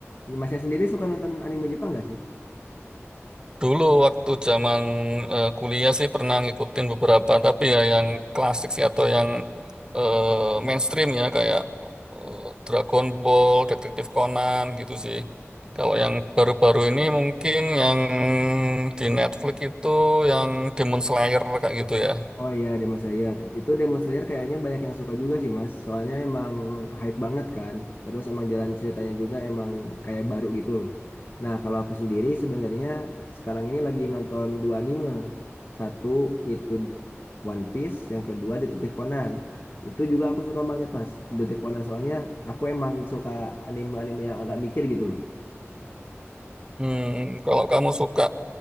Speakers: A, on the left; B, on the right.
A: Masnya sendiri suka nonton anime Jepang gak sih?
B: <laughs> Dulu waktu zaman eh, kuliah sih pernah ngikutin beberapa tapi ya yang klasik sih atau yang eh, mainstream ya kayak eh, Dragon Ball, Detektif Conan gitu sih. Kalau yang baru-baru ini mungkin yang di Netflix itu yang Demon Slayer kayak gitu ya.
A: Oh iya Demon Slayer. Itu Demon Slayer kayaknya banyak yang suka juga sih Mas. Soalnya emang hype banget kan. Terus emang jalan ceritanya juga emang kayak baru gitu loh. Nah kalau aku sendiri sebenarnya sekarang ini lagi nonton dua anime. Satu itu One Piece, yang kedua Detektif Conan. Itu juga aku suka banget Mas. Detektif Conan soalnya aku emang suka anime-anime yang agak mikir gitu loh.
B: Hmm, kalau kamu suka